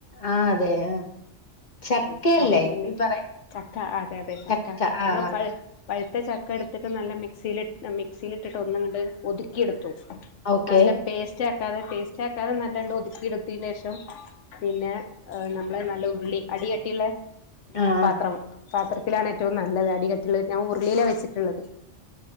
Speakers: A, on the left (about 40°); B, on the left (about 75°).
A: ആ അതെ ആ ചക്കയല്ലേ
B: ഉം അപ്പൊ പിന്നെ
A: ഈ പറ
B: ചക്ക അതെ അതെ
A: ചക്ക
B: നമ്മള്
A: ആ
B: പഴ പഴുത്ത ചക്ക എടുത്തിട്ട് നല്ല മിക്സിൽി് മിക്സിയില ഇട്ടിട്ട് ഒന്നും ഇ് ഒതുക്കിയെടുത്തു
A: ഓക്കെ
B: നല്ല പേസ്റ്റ് ആ തെ ടേസ്റ്റ് ആക്കാതെ നല്ലണ്ട് ഒതുക്കി എടുത്തിതിനന് ശേഷം പിന്നെ നമ്മള് നല്ല ഉരുളി അടിയട്ടിയുള്ള
A: ആഹ്
B: പാത്രം
A: ആഹ്
B: പാത്രത്തിലാണ് ഏറ്റവും നല്ലത് അടികുള്ള ഞാൻ ഉരുളിയില വെച്ചിട്ടുള്ളത്